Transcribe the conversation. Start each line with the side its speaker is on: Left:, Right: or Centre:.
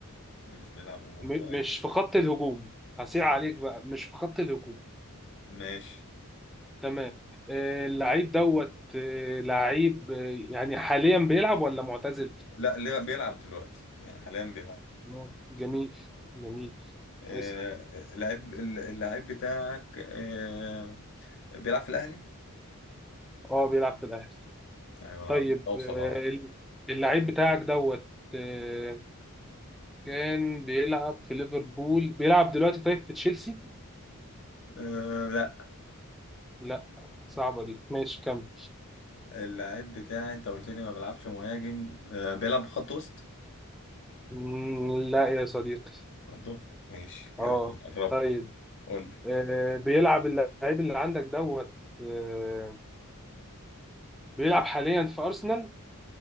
Left: مش بيلعب هجوم
Centre: م
Left: طيب
Centre: مش في خط الهجوم هسيع عليك بقى مش في خط الهجوم
Left: ماشي
Centre: تمام آه، اللعيب دوت آه، لعيب آه، يعني حاليا بيلعب ولا معتزل
Left: لا ليه- بيلعب دلوقتي يعني حاليا بيلعب
Centre: آه، جميل جميل
Left: آه
Centre: اسأل
Left: لعيب الل- اللعيب بتاعك آه بيلعب في الاهلي
Centre: اه بيلعب في الاهلي
Left: يعني انا
Centre: طيب
Left: قربت اوصل
Centre: آه،
Left: اهو
Centre: اللعيب بتاعك دوت آه، كان بيلعب في ليفربول بيلعب دلوقتي طيب في تشيلسي
Left: آه لا
Centre: لا صعبة دي ماشي كمل
Left: اللعيب بتاعي انت قلت لي ما بيلعبش مهاجم آه بيلعب خط وسط
Centre: مم، لا يا صديقي
Left: برضه ماشي
Centre: اه
Left: قربت
Centre: طيب
Left: قول لي
Centre: آه بيلعب اللعيب اللي عندك دوت آه بيلعب حاليا في أرسنال